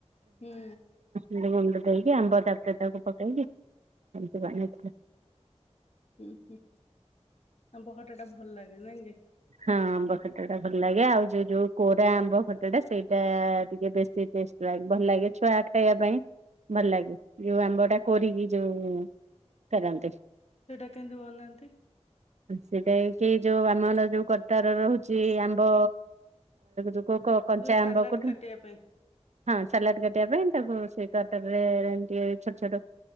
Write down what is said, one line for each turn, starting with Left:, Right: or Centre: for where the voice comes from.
Left: ହୁଁ
Right: ଲୁଣଗୁଣ୍ଡ ଦେଇକି ଆମ୍ବ ଡାକ୍ଟର ତାକୁ ପକେଇକି ଏମତି <unintelligible>
Left: ହୁଁ ହୁଁ ଆମ୍ବଖଟା ଟା ଭଲ ଲାଗେ ନାଇଁ କି?
Right: ହଁ ଆମ୍ବ ଖଟା ଟା ଭଲ ଲାଗେ ଆଉ ଯୋଉ ଯୋଉ କୋରା ଆମ୍ବ ଖଟା ସେଇଟା ଟିକେ ବେଶୀ ଟେଷ୍ଟି ଟେଷ୍ଟି ଭଲ ଲାଗେ ଛୁଆ ଖାଇବା ପାଇଁ ଭଲ ଲାଗେ। ଯୋଉ ଆମ୍ବ ଟା କରିକି ଯୋଉ କରନ୍ତି।
Left: ସେଇଟା କେମିତି ବନାହାଁନ୍ତି।
Right: ସେଇଟା କି ଯୋଉ ଆମର ଯୋଉ କଟାର ରହୁଛି ଆମ୍ବ ଯ କ କଞ୍ଚା
Left: ଯୋଉ ସାଲାଡ
Right: ଆମ୍ବ କୋଉଠୁ।
Left: କାଟିବା ପାଇଁ
Right: ହଁ ସାଲାଡ କାଟିବା ପାଇଁ ତାକୁ ସ କଟର ରେ ଏ ଛୋଟ ଛୋଟ